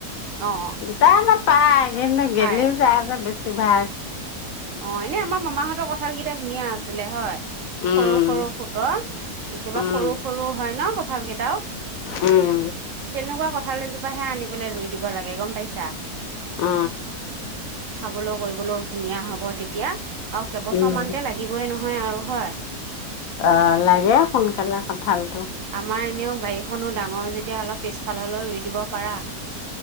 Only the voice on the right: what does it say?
অ'
পাই
অ এনে আমাৰ মামাহঁতৰ কঁঠাল কেইটা ধুনীয়া আছিলে হয়।
সৰু সৰু ফুটৰ একেবাৰে
সৰু সৰু হয় ন' কঠাল কেইটাও
তেনেকুৱা কঠাল যদি কিবা হে আনি পেলাই ৰুই দিব লাগে গম পাইছা।
খাবলৈ কৰিবলৈও ধুনীয়া হব তেতিয়া আৰু কেইবছৰমান
তে লাগিবই ন' হয় আৰু হয়
আমাৰ এনেও বায়ে খনো ডাঙৰ যেতিয়া অলপ পিছফাললৈ ৰুই দিব পাৰা।